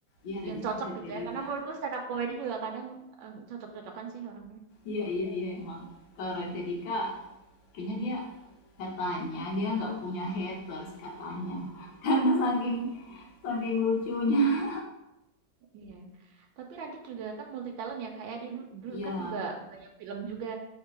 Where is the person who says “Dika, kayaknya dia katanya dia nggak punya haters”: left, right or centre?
Left